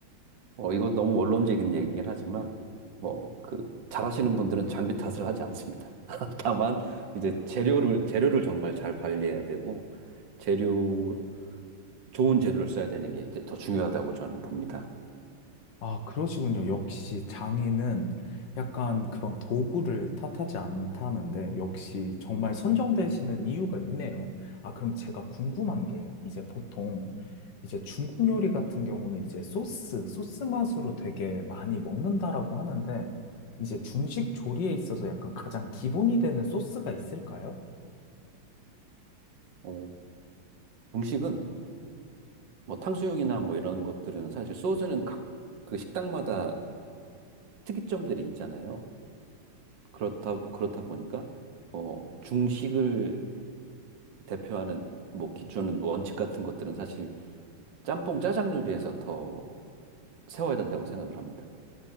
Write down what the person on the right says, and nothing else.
어 이거 너무 원론적인 얘기긴 하지만 뭐 그 잘하시는 분들은 장비 탓을 하지 않습니다. <laughs> 다만 이제 재료를 재료를 정말 잘 관리해야 되고 재료 좋은 재료를 써야 되는 게 이제 더 중요하다고 저는 봅니다.
어, 음식은 뭐 탕수육이나 뭐 이런 것들은 사실 소스는 각 그 식당마다 특이점들이 있잖아요. 그렇다 그렇다 보니까 뭐 중식을 대표하는 뭐 기준은 뭐 원칙 같은 것들은 사실 짬뽕 짜장 요리에서 더 세워야 된다고 생각을 합니다.